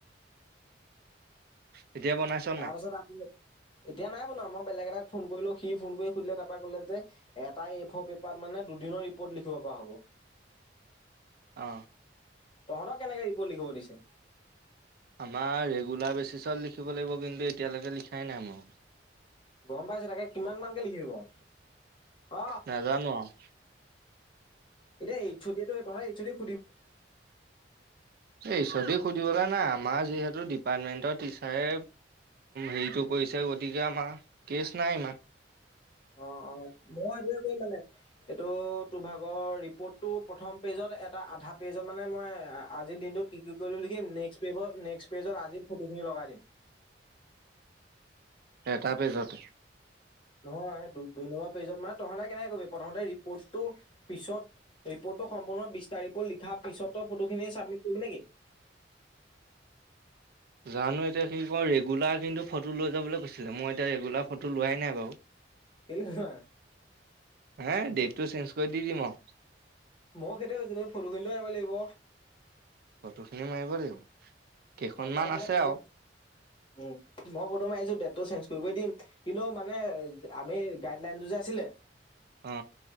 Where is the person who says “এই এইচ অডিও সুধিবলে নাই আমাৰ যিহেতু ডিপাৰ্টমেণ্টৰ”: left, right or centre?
Right